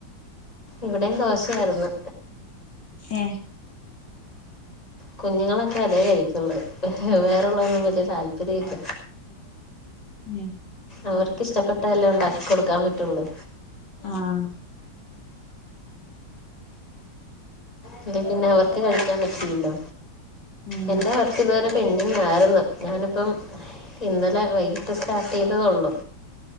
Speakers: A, on the left; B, on the left.
A: ഇവിടെയും ദോശയായിരുന്നു
B: ഏ
A: കുഞ്ഞുങ്ങളൊക്കെ അതേ കഴിക്കുള്ളൂ വേറെള്ളതൊന്നും വലിയ താല്പര്യ ഇല്ല
B: <inaudible>
A: അവർക്ക് ഇഷ്ടപ്പെട്ടതല്ലേ ഉണ്ടാക്കി കൊടുക്കാൻ പറ്റുള്ളൂ.
B: ആഹ്.
A: അല്ലെ പിന്നെ അവർക്ക് കഴിക്കാൻ പറ്റുലല്ലോ,
B: ഉം
A: എന്താ പർ ഇവര് പിന്നിം <unintelligible> രുന്നു ഞാനിപ്പം ഇന്നലെ വൈകിട്ട് സ്റ്റാർട്ടെയ്തതെ ഒള്ളു.